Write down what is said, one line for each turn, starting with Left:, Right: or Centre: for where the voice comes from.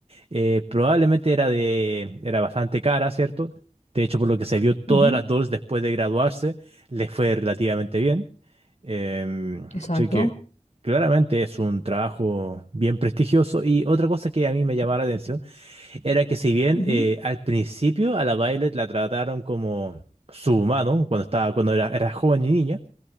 Right: eh, probablemente era de, era bastante cara, ¿cierto? De hecho, por lo que se vio, todas
Left: Ujú,
Right: las dos después de graduarse les fue relativamente bien. Em,
Left: Exacto.
Right: así que claramente es un trabajo bien prestigioso. Y otra cosa que a mí me llamaba la atención era que si bien
Left: Ujú,
Right: eh, al principio a la Violet la trataron como su humano, cuando estaba, cuando era, era joven y niña,